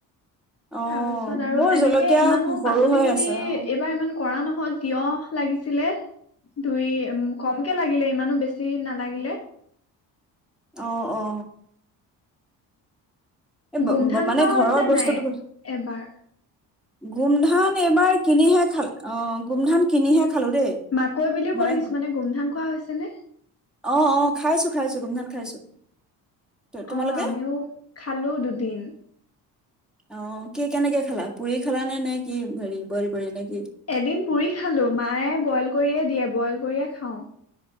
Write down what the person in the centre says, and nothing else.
অ
মোৰ
জলকীয়া
সৰু
হৈ
আছে অ
অ' অ'। এই ব
ব এই মানে
ঘৰৰ
বস্তুটো
গোমধান এইবাৰ কিনিহে খাল অ। গোমধান কিনিহে খালো দেই
মানে
অ', -অ', খাইছো খাইছো গোমধান খাইছো। তোমালোকে
অ', কি কেনেকে খেলা? পুৰি খালা নে নে কি? হেৰি বইল কৰি নে? কি